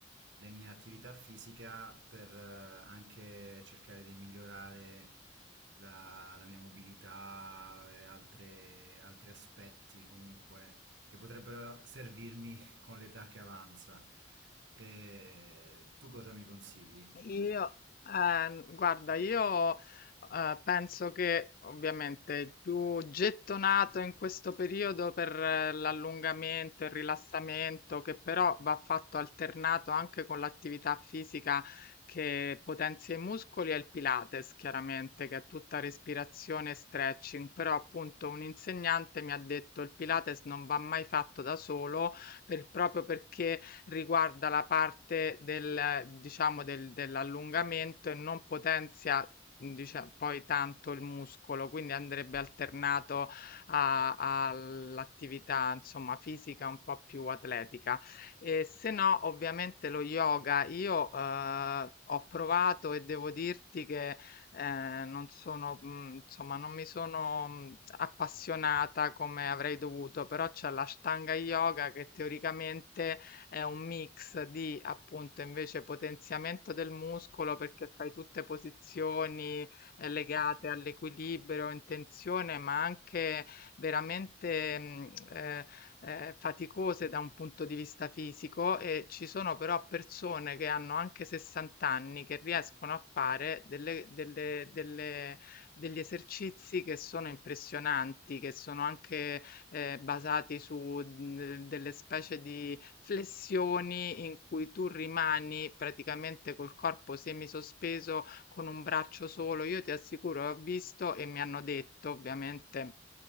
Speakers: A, on the right (about 70°); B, on the left (about 50°).
A: le mie attività fisica per eh, anche cercare di migliorare la, la mia mobilità e altre- altri aspetti comunque che potrebbero servirmi con l'età che avanza. E tu cosa mi consigli?
B: Io, eh, guarda, io eh, penso che ovviamente il più gettonato in questo periodo per eh, l'allungamento, il rilassamento, che però va fatto alternato anche con l'attività fisica che potenzia i muscoli, è il Pilates, chiaramente, che è tutta respirazione e stretching, però appunto un insegnante mi ha detto il Pilates non va mai fatto da solo per- proprio perché riguarda la parte del, diciamo, del- dell'allungamento e non potenzia. dice- poi tanto il muscolo, quindi andrebbe alternato a- all'attività, insomma, fisica un po' più atletica. E se no, ovviamente lo yoga, io eh, ho provato e devo dirti che eh, non sono, mh, insomma, non mi sono mh, appassionata come avrei dovuto, però c'è la Ashtanga Yoga che teoricamente è un mix di appunto invece potenziamento del muscolo perché fai tutte posizioni eh, legate all'equilibrio, in tensione, ma anche veramente mh, eh, eh, faticose da un punto di vista fisico e ci sono però persone che hanno anche 60 anni che riescono a fare delle- delle- delle- degli esercizi che sono impressionanti, che sono anche eh, basati su mh, delle specie di flessioni in cui tu rimani praticamente col corpo semisospeso con un braccio solo. Io ti assicuro, ho visto e mi hanno detto, ovviamente.